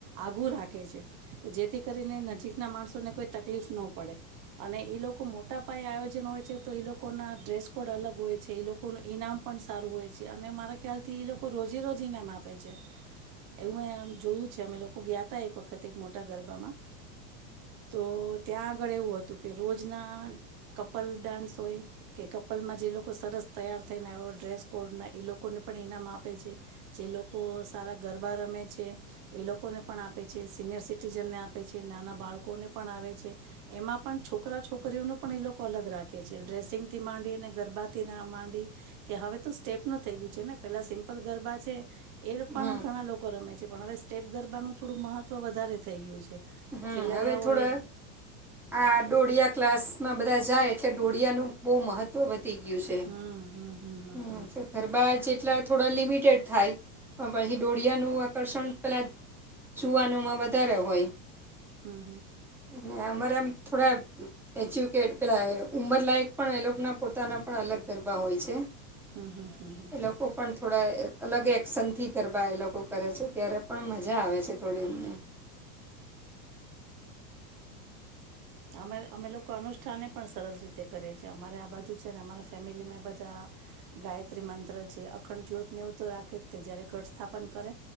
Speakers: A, on the right; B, in the centre.
A: આગું રાખે છે જેથી કરીને નજીકના માણસોને કોઈ તકલીફ નો પડે અને એ લોકો મોટા પાયે આયોજન હોય છે તો એ લોકોના ડ્રેસ કોડ અલગ હોય છે એ લોકો ઇનામ પણ સારું હોય છે અને મારા ખ્યાલથી એ લોકો રોજે રરોજ ઇનામ આપે છે એવું મેંમ જોયું છે અમે લોકો ગયા હતા એક વખત એક મોટા ગરબામાં તો ત્યાં આગળ એવું હતું કે રોજના કપલ ડાન્સ હોય કે કપલમાં જે લોકો સરસ તૈયાર થઈને એ ડ્રેસ કોડના એ લોકોને પણ ઇનામ આપે છે જે લોકો સારા ગરબા રમે છે એ લોકોને પણ આપે છે સિનિયર સિટીઝનને આપે છે નાના બાળકોને પણ આવે છે એમાં પણ છોકરા છોકરીઓનું પણ એ લોકો અલગ રાખે છે ડ્રેસિંગથી માંડી અને ગરબાથી ના માંડી કે હવે તો સ્ટેપ નું થઈ ગયું છે ને પેલા સિમ્પલ ગરબા છે એ પણ
B: હમ
A: ઘણા લોકો રમે છે પણ હવે સ્ટટેપ ગરબાનું થોડું મહત્વ વધારે થઇ ગયું છે.
B: હમ
A: ખેલૈયાઓ
B: હવે થોડ
A: એક
B: આ ડોઢીયા ક્લાસ માં બધા જાય એટલે ડોઢીયાનું બહુ મહત્વ વધ ગયું
A: હમ હમ હમ હમ હમ
B: છે ગરબા જે એટલા થોડા લિમિટેડ થાય. પણ ભછ ડોળિયા ન આકર્ષણ પેલાં જુવાનોમાં વધારે હોય.
A: હમ
B: અને અમારે એમ થોડા એજ્યુકેટ પેલા ઉંમરલાયક પણ એ લોકોના પોતાના પણ અલગ ગરબા હોય છે.
A: હમ હમ હ.
B: એ લોકો પણ થોડા અલગ એક્શનથી ગરબા એ લોકો કરે છે. તયારે પણ મજા આવે છે થોડી અમને
A: અમે અમે લોકો અનુષ્ઠાને પણ સરસ રીતે કરીએ છીએ અમારે આ બાજુ છે ને અમારા ફેમિલીમાં એ બધા ગાયત્રી મંત્ર છે અખંડ જ્યોતને એવું તો રાખે જ તે જ્યારે ઘટસ્થાપન કરે